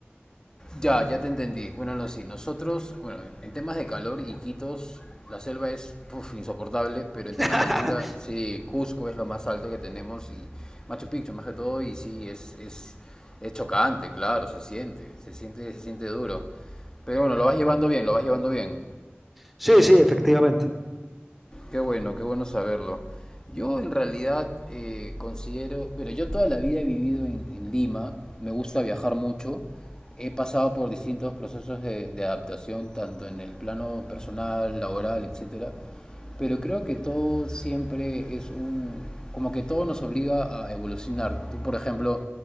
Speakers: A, on the left; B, in the centre.
A: Ya, ya te entendí. Bueno, no, sí. Nosotros, bueno, en, en temas de calor, Iquitos, la selva es puf, insoportable, pero en temas
B: <laughs>
A: de altura, sí, Cusco es lo más alto que tenemos y Machu Picchu más que todo, y sí, es, es, es chocante, claro, se siente, se siente, se siente duro. Pero bueno, lo vas llevando bien, lo vas llevando bien.
B: Sí, sí, efectivamente.
A: Qué bueno, qué bueno saberlo. Yo en realidad eh, considero, pero yo toda la vida he vivido en, en Lima, me gusta viajar mucho, he pasado por distintos procesos de, de adaptación, tanto en el plano personal, laboral, etcétera, pero creo que todo siempre es un, como que todo nos obliga a evolucionar. Tú, por ejemplo,